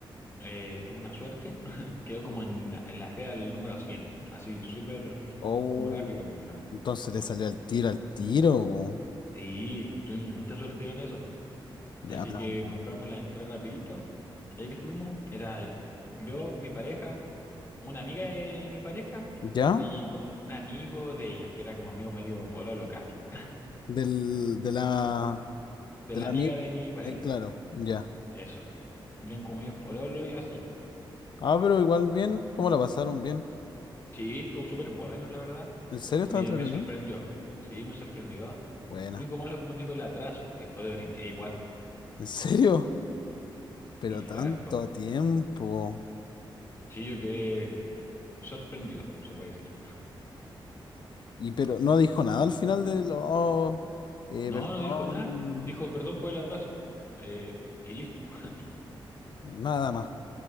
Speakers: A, on the left; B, on the left.
A: eh, tuve una suerte, <laughs> quedó como en, la- en la fea el número cien así súper
B: Oh,
A: como rápido lo compramos.
B: entonces te salió al tiro, al tiro, po.
A: Sí, tuvimos mucha suerte con eso,
B: Ya,
A: así
B: la
A: que
B: madre.
A: compramos la entrada rapidito, y ahí fuimos, era yo, mi pareja, una amiga de mi pareja
B: ¿Ya?
A: y como un amigo de ella, que era como amigo medio pololo casi,
B: Del, de la,
A: <laughs> de
B: de
A: la
B: la,
A: amiga
B: mi-
A: de mi pareja,
B: eh, claro, ya.
A: eso. Eran como medios pololo y yo así.
B: Ah, pero igual bien, ¿cómo la pasaron bien?
A: Sí, estuvo súper bueno, la verdad.
B: ¿En serio
A: Me,
B: estaba entretenido?
A: me sorprendió. Sí, me sorprendió.
B: Buena,
A: Lo único malo, como te digo, el atraso, que fue de hora y media igual.
B: ¿en serio? <laughs> Pero
A: Sí,
B: tanto
A: fue harto.
B: tiempo.
A: Sí, yo quedé sorprendido, se puede decir.
B: Y pero no dijo nada al final del, oh, eh,
A: No,
B: perdón,
A: no dijo nada. Dijo perdón por el atraso. Eh, y listo. <laughs>
B: nada más.